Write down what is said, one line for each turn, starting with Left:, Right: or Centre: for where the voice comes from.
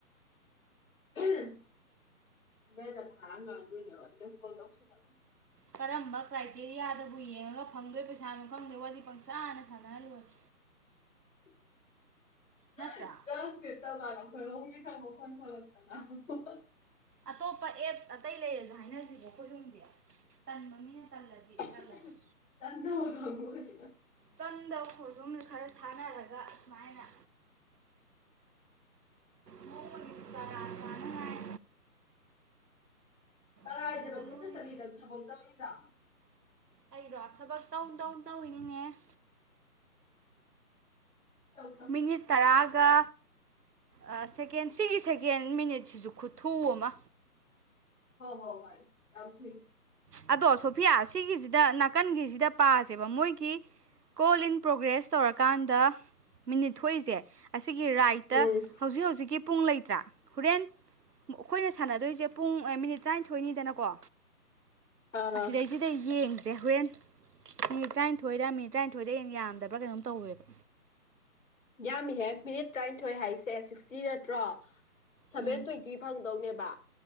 Left: ꯏꯝ ꯃꯣꯏꯅ ꯄꯨꯉꯡ ꯉꯡꯗꯣꯏꯅꯤꯕꯥ ꯑꯗꯨꯗ ꯀꯣꯜ ꯇꯧꯁꯤꯜꯂꯒ
Right: ꯀꯔꯝꯕ ꯀ꯭ꯔꯥꯏꯇꯦꯔꯤꯌꯥꯗꯕꯨ ꯌꯦꯡꯉꯒ ꯐꯪꯗꯣꯏ ꯄꯩꯁꯥꯅꯣ ꯈꯪꯗꯦ ꯋꯥꯔꯤ ꯄꯪꯁꯥꯟꯗ ꯁꯥꯟꯅ ꯂꯣꯏꯔꯦ
Left: <unintelligible>
Right: ꯅꯠꯇ꯭ꯔꯥ
Left: <unintelligible>
Right: ꯑꯇꯣꯞꯄ ꯑꯦꯞꯁ ꯑꯇꯩ ꯂꯩꯔꯖꯨ ꯍꯥꯏꯅꯖꯤ ꯈꯣꯏ ꯍꯨꯝꯗꯤ ꯇꯟꯕ ꯃꯤꯅ
Left: <unintelligible>
Right: ꯇꯜꯂꯗꯤ ꯇꯜꯂꯁꯨ ꯇꯟꯗꯕ ꯈꯣꯏꯍꯨꯝꯅ ꯈꯔ ꯁꯥꯟꯅꯔꯒ ꯁꯨꯃꯥꯏꯅ ꯅꯣꯡꯃꯒꯤ ꯆꯔꯥ ꯆꯥꯅꯉꯥꯏ
Left: ꯀꯔꯥꯏꯗꯅꯣ
Right: ꯂꯧꯔꯒ
Left: ꯀꯣꯏꯆꯠ
Right: ꯂꯣꯏꯔꯦ
Left: ꯆꯠꯂꯤꯗꯣ ꯊꯕꯛ ꯇꯧꯔꯤ <unintelligible>
Right: ꯑꯩꯔꯣ ꯊꯕꯛ ꯇꯧ ꯇꯧꯅ ꯇꯧꯏꯅꯤꯅꯦ
Left: ꯇꯧ ꯇꯧ
Right: ꯃꯤꯅꯤꯠ ꯇꯔꯥ ꯒ ꯑ ꯁꯦꯀꯦꯟ ꯁꯤꯒꯤ ꯁꯦꯀꯦꯟ ꯃꯤꯅꯤꯠꯁꯤꯁꯨ ꯈꯨꯠꯊꯨ ꯑꯃ
Left: ꯍꯣꯍꯣ ꯍꯣꯏ ꯌꯥꯝ ꯊꯨꯏ
Right: ꯑꯗꯣ ꯁꯣꯐꯤꯌꯥ ꯁꯤꯒꯤꯖꯤ ꯗ ꯅꯥꯀꯟꯒꯤꯁꯤꯗ ꯄꯥꯖꯦꯕ ꯃꯣꯏꯒꯤ ꯀꯣꯜ ꯏꯟ ꯄ꯭ꯔꯣꯒ꯭ꯔꯦꯁ ꯇꯧꯔꯀꯥꯟꯗ ꯃꯤꯅꯤꯠ ꯊꯣꯛꯏꯖꯦ ꯑꯁ ꯒꯤ ꯔꯥꯏꯠꯇ
Left: ꯎꯝ
Right: ꯍꯧꯖꯤꯛ ꯍꯧꯖꯤꯛꯀꯤ ꯄꯨꯡ ꯂꯩꯇ꯭ꯔꯥ ꯍꯨꯔꯦꯟ ꯑꯈꯣꯏꯅ ꯁꯥꯟꯅꯗꯣꯏꯖꯦ ꯄꯨꯡ ꯃꯤꯅꯤꯠ ꯇ꯭ꯔꯥꯏꯟꯊꯣꯏꯅꯤꯗꯅꯀꯣ
Left: ꯑꯥ
Right: ꯑꯁꯤꯗꯩꯖꯤꯗ ꯌꯦꯡꯖꯦ ꯍꯣꯔꯦꯟ ꯃꯤꯅꯤꯠ ꯇꯔꯥꯏꯟꯊꯣꯏꯗ ꯃꯤꯅꯤꯠ ꯇꯔꯥꯏꯟꯊꯣꯏꯗ ꯍꯣꯏꯗꯩ ꯌꯥꯝꯗꯕ꯭ꯔꯥ ꯀꯩꯅꯣꯝ ꯇꯧꯋꯦꯕ
Left: ꯌꯥꯝꯃꯤꯍꯦ ꯃꯤꯅꯤꯠ ꯇꯔꯥꯏꯟꯊꯣꯏ ꯍꯥꯏꯁꯦ ꯁꯤꯛꯁꯇꯤ ꯅꯠꯇ꯭ꯔꯣ ꯁꯚꯦꯟ
Right: ꯎꯝ
Left: ꯇ꯭ꯋꯦꯟꯇꯤ ꯐꯪꯗꯧꯅꯦꯕ